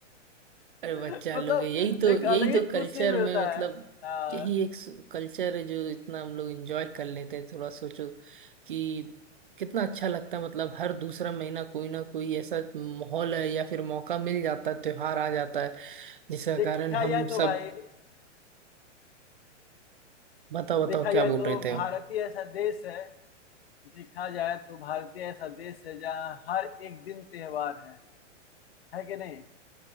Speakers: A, on the right; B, on the left.
A: बच्चा
B: मतलब
A: लोग है, यही तो
B: एक
A: यही
B: अलग ही
A: तो
B: खुशी
A: कल्चर
B: मिलता
A: में मतलब
B: है हाँ
A: यही एक कल्चर है जो इतना हम लोग एंजॉय कर लेते हैं थोड़ा सोचो कि कितना अच्छा लगता है मतलब हर दूसरा महीना कोई ना कोई ऐसा माहौल है या फिर मौका मिल जाता है त्योहार आ जाता है जिसका
B: देखा
A: कारण हम
B: जाए तो
A: सब
B: भाई
A: बताओ बताओ
B: देखा
A: क्या
B: जाए
A: बोल
B: तो
A: रहे थे
B: भारतीय ऐसा देश है देखा जाए तो भारतीय ऐसा देश है जहाँ हर एक दिन त्योहार है है कि नहीं